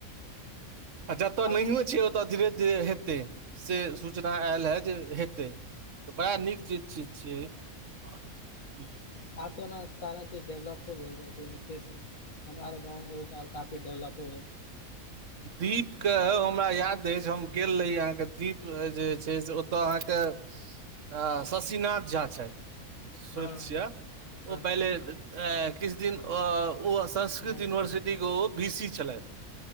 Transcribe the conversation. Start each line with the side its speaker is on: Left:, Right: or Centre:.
Right: आ जतऽ
Left: आब
Right: नहियो छै ओतऽ धीरे -धीरे से सूचना आयल हे जे हेतै तऽ बड़ा नीक चीज छि छियै
Left: आब त ओना सारा चीज डेवलपो <unintelligible> से छै नऽ हमरा <unintelligible> गाँव <unintelligible> तऽ आब काफी डेवलपो भेलै
Right: दीप कऽ हमरा याद अछि हम गेल रही अहाँके दीप जे छै से ओतय अहाँके आ शशिनाथ झा छथि श्वेत
Left: हँ
Right: छिआ
Left: हँ
Right: ओ पहिले किछ दिन ओ संस्कृत
Left: हँ
Right: यूनिवर्सिटी के ओऽ वी सी छलथि